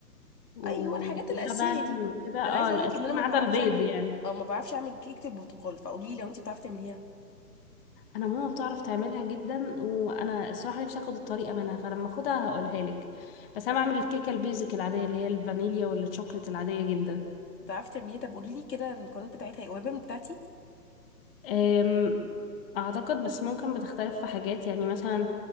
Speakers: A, on the left (about 35°); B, on the left (about 80°).
A: ولبن
B: ايوه الحاجات الاساسيه دي
A: وكده اه
B: انا عايزه
A: الاساسي
B: اقول لك ان انا ما
A: ما
B: بعرفش
A: عدا البيض
B: اعمل
A: يعني
B: او ما بعرفش اعمل كيكه البرتقال فقولي لي لو انت بتعرفي تعمليها
A: انا ماما بتعرف تعملها جدا وانا الصراحه نفسي اخد الطريقه منها فلما اخدها هقولها لك بس انا بعمل الكيكه البيزك العاديه اللي هي الفانيليا والشوكليت العاديه جدا
B: بتعرفي تعمليها طب قولي لي كده المكونات بتاعتها ايه قريبه من بتاعتي
A: أم، اعتقد بس ممكن بتختلف في حاجات يعني مثلا